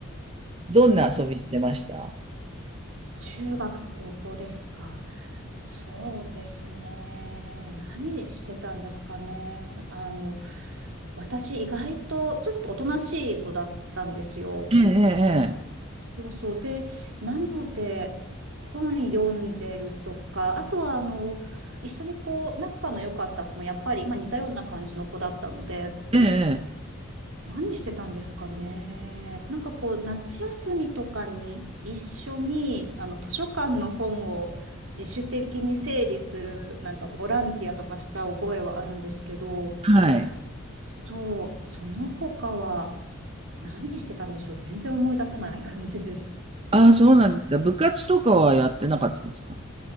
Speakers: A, on the right; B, on the right.
A: どんな遊びしてました
B: 中学、高校ですかそうですね。何してたんですかね。あの、私意外とちょっとおとなしい子だったんですよ。
A: ええ、え
B: そうそう。で、なので、本読んでるとか、あとはあの、一緒にこう、仲の良かった子もやっぱり、まあ、似たような感じの子だったので、
A: え、ええ、ええ
B: 何してたんですかね。なんかこう、夏休みとかに一緒に、あの、図書館の本を自主的に整理する、なんかボランティアとかした覚えはあるんですけど、
A: はい。
B: そう、その他は何してたんでしょう。全然思い出せない感じです。
A: ああ、そうなんですか。部活とかはやってなかったんですか